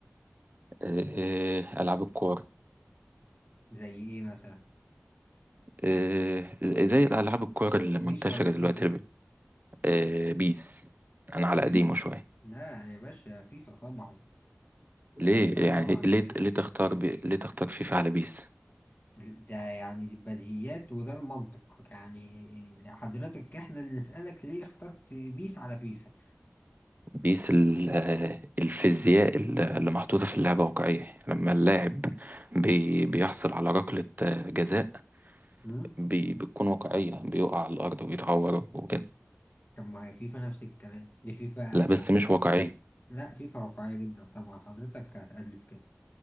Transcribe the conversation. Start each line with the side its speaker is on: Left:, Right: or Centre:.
Right: آه، ألعاب الكور
Left: زي ايه مثلا
Right: آه، زي الألعاب الكور المنتشرة
Left: بيس ولا فيفا
Right: دلوقتي آه، بيس أنا على
Left: بيس
Right: قديمه شوية
Left: لا يا باشا فيفا طبعا
Right: ليه
Left: فيفا طبعا
Right: يعني ليه
Left: يا باشا
Right: ليه تختار بي... ليه تختار فيفا على بيس
Left: ده يعني البديهيات وده المنطق يعني حضرتك احنا اللي نسألك ليه اخترت بيس على فيفا
Right: بيس ال... آه، الفيزياء ال- اللي محطوطة في اللعبة واقعية لما اللاعب بي... بيحصل على ركلة آه، جزاء
Left: امم
Right: بي... بتكون واقعية بيقع على الأرض وبيتعور وكده
Left: طب ما هي فيفا نفس الكلام دي فيفا
Right: لا بس مش واقعية
Left: لا فيفا واقعية جدا طبعا حضرتك هتألف كده